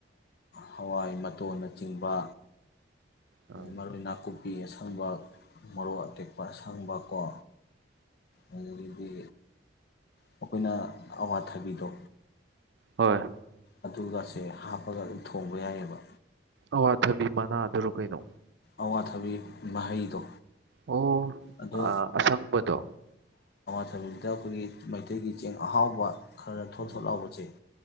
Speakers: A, on the left; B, on the right.
A: ꯍꯋꯥꯏ ꯃꯇꯣꯟꯅꯆꯤꯡꯕ
B: ꯑꯥ
A: ꯃꯔꯔ ꯅꯥꯀꯨ ꯄꯅꯥꯄꯤ ꯑꯁꯪꯕ ꯃꯔꯣꯛ ꯑꯇꯦꯛꯄ ꯑꯁꯪꯕ ꯀꯣ ꯑꯗꯨꯗꯒꯤꯗꯤ ꯑꯩꯈꯣꯏꯅ ꯑꯋꯥꯊꯕꯤꯗꯣ
B: ꯍꯣꯏ
A: ꯑꯗꯨꯒꯁꯦ ꯍꯥꯞꯄꯒ ꯑꯗꯨꯝ ꯊꯣꯡꯕ ꯌꯥꯏꯑꯕ
B: ꯑꯋꯥꯊꯕꯤ ꯃꯅꯥꯗꯔꯣ ꯀꯩꯅꯣ
A: ꯑꯋꯥꯊꯕꯤ ꯃꯍꯩꯗꯣ
B: ꯑꯣ
A: ꯑꯗꯣ
B: ꯑ ꯑꯁꯪꯕꯗꯣ
A: ꯆꯊꯕꯤꯗꯨꯗ ꯑꯩꯈꯣꯏꯒꯤ ꯃꯩꯇꯩꯒꯤ ꯆꯦꯡ ꯑꯍꯥꯎꯕ ꯈꯔ ꯊꯣꯠ
B: ꯎꯝ
A: ꯊꯣꯠ ꯂꯥꯎꯕꯁꯦ